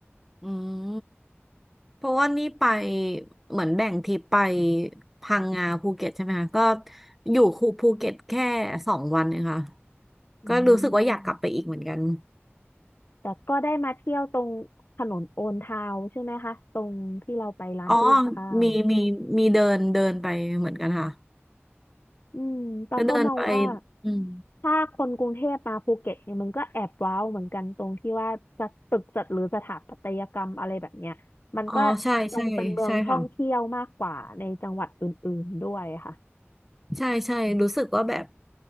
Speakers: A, in the centre; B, on the left.
A: อืม เพราะว่านี่ไปเหมือนแบ่งทริปไปพังงาภูเก็ตใช่ไหมคะก็อยู่คูภูเก็ตแค่สองวันเองค่ะ
B: อื
A: ก็รู้สึกว่าอยากกลับไปอีกเหมือนกัน
B: มแต่ก็ได้มาเที่ยวตรงถนนโอนทาวใช่ไหมคะตรงที่เราไปร้านตู้กับข้าว
A: อ๋อมีมีมีเดินเดินไปเหมือนกันค่ะ
B: อืมปาก็มองว่า
A: ก็เดินไปอืม
B: ถ้าคนกรุงเทพมาภูเก็ตเนี่ยมันก็แอบว้าวเหมือนกันตรงที่ว่าจะตึกจัดหรือสถาปัตยกรรมอะไรแบบเนี้ยมันก็
A: อ๋อใช่ใช่ใช่ค่ะ
B: ดูเป็นเมืองท่องเที่ยวมากกว่าในจังหวัดอื่นๆด้วยค่ะ
A: ใช่ใช่รู้สึกว่าแบบ